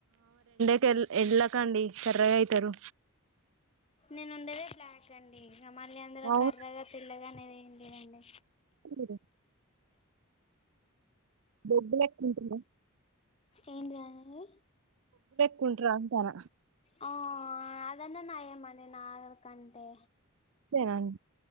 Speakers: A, on the right (about 65°); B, on the left (about 30°).
A: ల్ ఎళ్ళక అండి కర్రగా అయితరు.
B: నేను ఉండేది బ్లాక్ అండి. ఇగ మళ్ళీ అందులో
A: అవును
B: కర్రగా పిల్లగా అనేది ఏంటి అండి.
A: తెలీదు దొడ్ మెట్ట ఉంటుంద
B: ఏంటిదానిది
A: కుంట రాంతార
B: ఆ అదన్న నయమనే నా కంటే
A: తెరన్